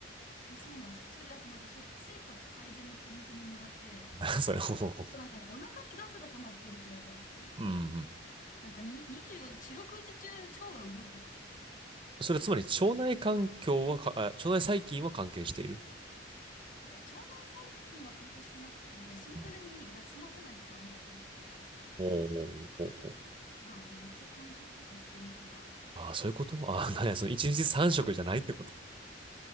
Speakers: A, on the left; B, on the right.
A: え、そうなんですよ。それで、あとなんか食生活改善のプリントももらって、
B: <laughs> それ、もうほうほう。
A: なんかね、お腹にガスが溜まってるって言われたんですよね。
B: うんうん。
A: なんかに24時、四六時中腸が動いてますみたいな。
B: それつまり腸内環境はか、あ腸内細菌は関係している。
A: いや、腸内細菌は関係してなくて、シンプルに休ませないとダメだよねっていう話らしくて。
B: うんおーおーおーおー
A: まあね、めっちゃ間食とかしてるから、
B: ああ、そういうこと <laughs> ああ、なんや、
A: そうね
B: その一日三食じゃないってこと。